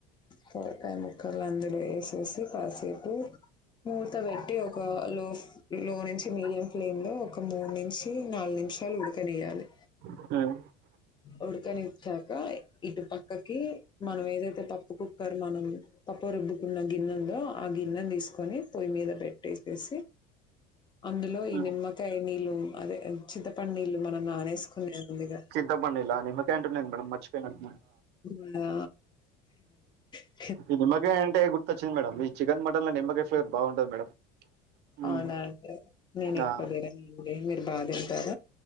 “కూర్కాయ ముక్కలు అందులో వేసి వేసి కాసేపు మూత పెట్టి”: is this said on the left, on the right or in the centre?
Left